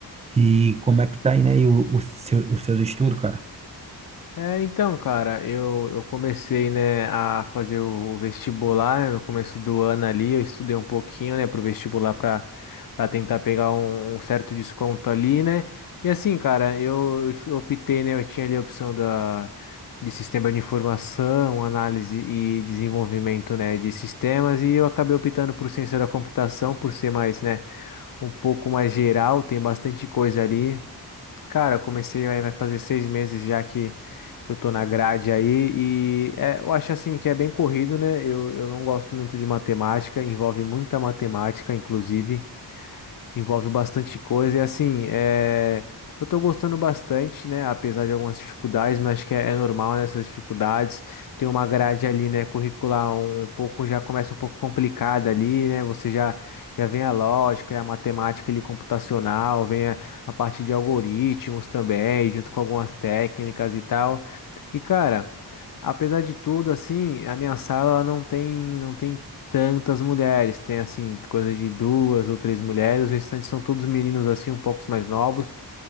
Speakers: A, on the right; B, on the left.
A: E como é que tá aí, né? E o, o seu- os seus estudos, cara?
B: É, então, cara, eu, eu comecei, né, a fazer o, o vestibular, né, no começo do ano ali, eu estudei um pouquinho, né, pro vestibular para para tentar pegar um, um certo desconto ali, né, e assim, cara, eu, eu optei, né, eu tinha ali a opção da, de sistema de informação, análise e desenvolvimento, né, de sistemas, e eu acabei optando por ciência da computação, por ser mais, né, um pouco mais geral, tem bastante coisa ali. Cara, eu comecei, aí vai fazer seis meses já que, que eu tô na grade aí, e é, eu acho assim que é bem corrido, né? Eu, eu não gosto muito de matemática, envolve muita matemática, inclusive envolve bastante coisa. E assim, é, eu tô gostando bastante, né? Apesar de algumas dificuldades, mas acho que é, é normal, né, essas dificuldades. Tem uma grade ali, né, curricular um, um pouco, já começa um pouco complicada ali, né? Você já, já vem a lógica, a matemática ali computacional, vem a, a parte de algoritmos também, junto com algumas técnicas e tal. E, cara. Apesar de tudo, assim, a minha sala ela não tem, não tem tantas mulheres. Tem, assim, coisa de duas ou três mulheres. Os restantes são todos meninos, assim, um pouco mais novos.